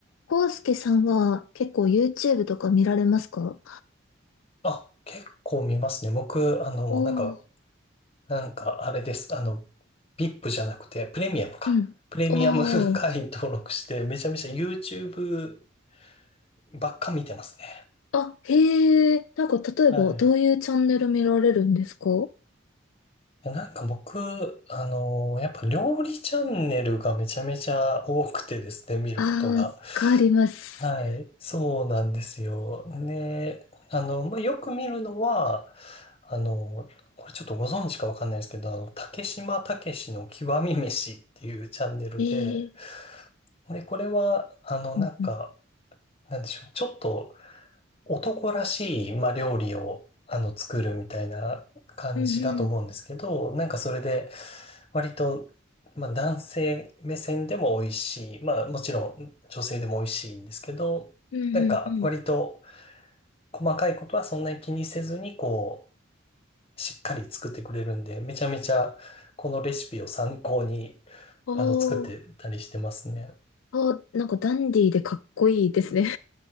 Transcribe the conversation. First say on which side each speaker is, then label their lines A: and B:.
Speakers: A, on the left; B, on the left.
A: コウスケさんは結構 YouTube とか見られますか
B: あ、結構見ますね。僕、あの、
A: おー
B: なんか、なんか、あれです。あの、VIP じゃなくて、プレミアムか。
A: うん。
B: プレミアム
A: おー。
B: <laughs> 会員登録して、めちゃめちゃ YouTube ばっか見てますね。
A: あ、へえ。なんか例えばどういうチャンネル見られるんですか
B: はい。いやなんか僕、あの、やっぱ料理チャンネルがめちゃめちゃ多くてですね、見ることが。
A: あー、わかります。
B: はい、そうなんですよ。で、あの、まあ、よく見るのは、あの、これちょっとご存知かわかんないですけど、あの、竹島武しの極み飯っていうチャンネルで、
A: えー。
B: で、これは、あの、
A: うんうん。
B: なんか、なんでしょう、ちょっと男らしい、まあ、料理を、あの、作るみたいな感じだと思うんですけど、
A: うんうん。
B: なんかそれで、割と、まあ、男性目線でも美味しい。まあ、もちろん女性でも美味しいんですけど、
A: うんうんうん。
B: なんか割と細かいことはそんなに気にせずに、こう、しっかり作ってくれるんで、めちゃめちゃこのレシピを参考に、
A: おー。
B: あの、作ってたりしてますね。
A: あなんかダンディーでかっこいいですね。